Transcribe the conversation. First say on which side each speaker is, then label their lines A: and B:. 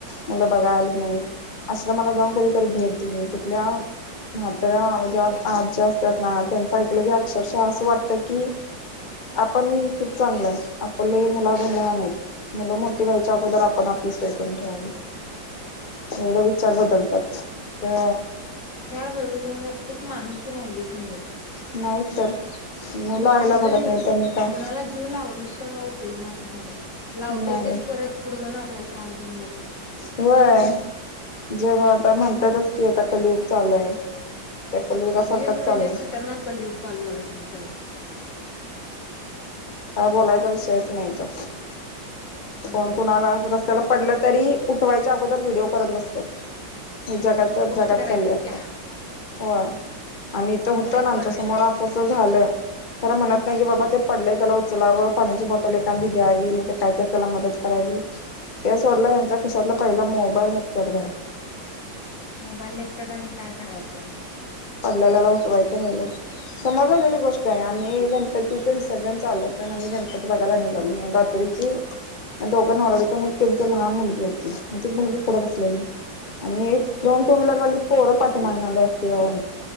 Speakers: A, on the left; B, on the left.
A: मुलं बघा आले नाहीत असश्र मला जाऊन कधीतरी भेट देऊ नय तिथले म्हात्र जे आज्या असतात ना त्यांचं ऐकलं की अक्षरशः असं वाटतं की, आपण खूप चांगलंय आपले मुल अजून लहान आहेत. मुलं मोठी व्हायच्या अगोदर आपण आपली सोय करून ठेवावी. एवढा विचार बदलतात अ
B: शार बदल म्हणजे आता त्याची माणूस की राहिलीच नाहीयत.
A: नाही तर, मुलं
B: मी
A: आईला
B: काही
A: बघत
B: जरी
A: नाही त्यांनी काय
B: कुणाला जीव लावलून सुद्धा काऊ पिऊ न असं झालेल लावताय
A: नाही
B: तेच परत पुढे जाऊन आपल्याला त्रास देऊन जातय.
A: होय, जेव्हा आता म्हणतातच की आता कलीुग चालू आहे. त्या कलियुगासारखंच
B: कलियुग म्हणजे
A: चाललंय
B: खतरनाक कलियुग चालू झालाय सध्याला.
A: अ बोलायचा विषयच नाही तो,
B: होय
A: कोण कोण आला रस्त्याला. पडलं तरी उठवायच्या अगोदर व्हिडिओ करत बसतात हे जगात
B: पोस्ट
A: जगात
B: करायच्या
A: चाललय
B: असत्या
A: आता होय आम्हीथ होतो
B: लाईक
A: ना आमच्या
B: वाढवायच्यात
A: समोर तसं झालं खर म्हणत नाही की बाबा ते पडलेय त्याला उचलावं पाण्याची बॉटल एखादी द्यावी नाही तर कायत त्याला मदत करावी ते सोडलं हेच्या खिशातला पहिला मोबाईल नेत्यात बाहे
B: मोबाईल निघतात आणि काय करायचं
A: पडल्याल्याला उठवायचं राहिलंस समोर झालेली गोष्ट आहे आम्ही गणपतीच विसर्जन चालव होत आम्ही गणपती बघायला निघालो तर दोघां नवरा बायको आणि त्यांची लहान मुलगी होती मग ती एक मुलगी पुढं बसलेली आणि एक दोन टू व्हीलरवाली पोरं पाठी मागणारले ऍक्टिव ववर